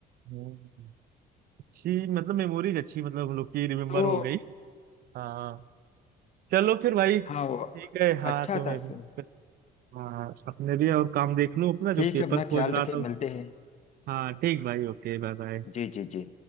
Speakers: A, on the right; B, on the left.
A: हम्म, अच्छी मतलब मेमोरीज अच्छी मतलब हम लोग की रिमेम्बर
B: तो
A: हो गई हाँ चलो फिर भाई ठीक
B: हाँ वो
A: है हाँ
B: अच्छा
A: तो
B: था
A: मैं
B: सर
A: भी हाँ अपने भी और काम देख लूं अपना जो
B: ठीक
A: पेपर
B: है अपना
A: खोज
B: ख्याल
A: रहा
B: रखे
A: था उस...
B: मिलते हैं
A: हाँ ठीक भाई ओके बाय बाय
B: जी जी जी